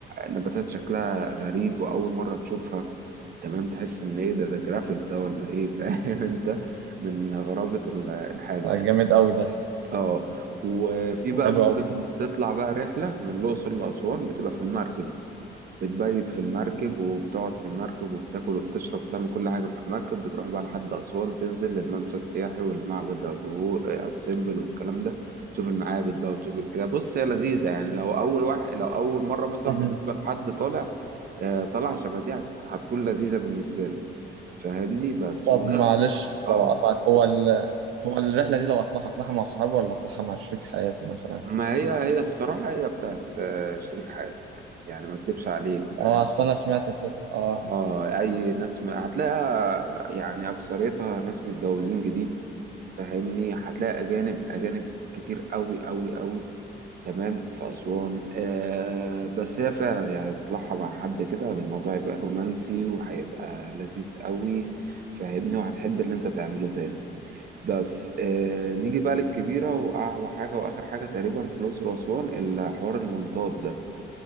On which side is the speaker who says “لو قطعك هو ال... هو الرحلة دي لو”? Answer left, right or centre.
Right